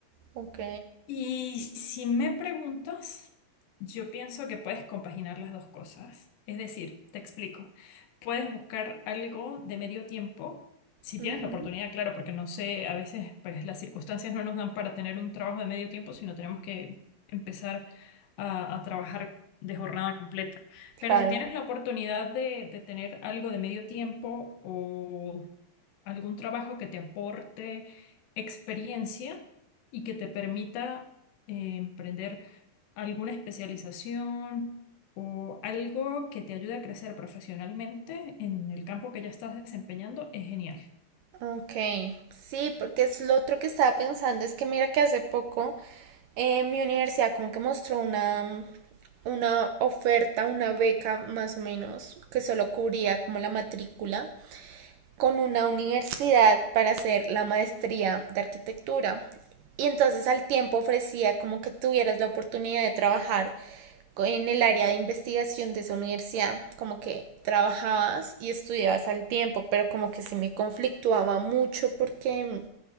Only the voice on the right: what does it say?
ok.
Ujú,
Claro.
Ok, sí, porque es lo otro que estaba pensando es que mira que hace poco eh, mi universidad como que mostró una, una oferta, una beca más o menos, que solo cubría como la matrícula con una universidad para hacer la maestría de arquitectura. Y entonces al tiempo ofrecía como que tuvieras la oportunidad de trabajar en el área de investigación de esa universidad, como que trabajabas y estudiabas al tiempo, pero como que sí me conflictuaba mucho porque